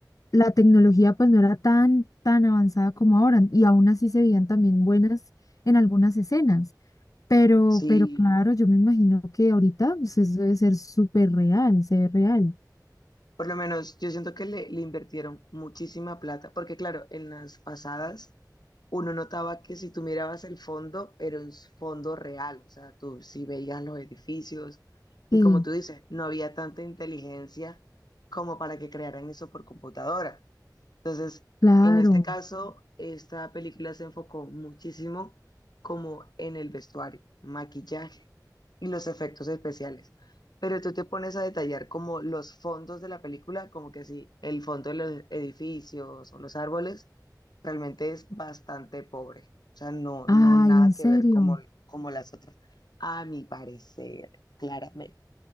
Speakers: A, on the left (about 50°); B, on the left (about 70°).
A: la tecnología pues no era tan, tan avanzada como ahora y aún así se veían también buenas en algunas escenas. Pero,
B: Sí.
A: pero claro, yo me imagino que ahorita pues, eso debe ser súper real, se ve real.
B: Por lo menos yo siento que le, le invirtieron muchísima plata, porque claro, en las pasadas uno notaba que si tú mirabas el fondo, era un fondo real, o sea, tú sí veías los edificios y
A: Sí,
B: como tú dices, no había tanta inteligencia como para que crearan eso por computadora. Entonces,
A: claro.
B: en este caso, esta película se enfocó muchísimo como en el vestuario, maquillaje y los efectos especiales. Pero tú te pones a detallar como los fondos de la película, como que sí, el fondo de los edificios o los árboles realmente es bastante pobre. O sea, no, no
A: Ay,
B: nada
A: en
B: que
A: serio.
B: ver como, como las otras, a mi parecer, claramente.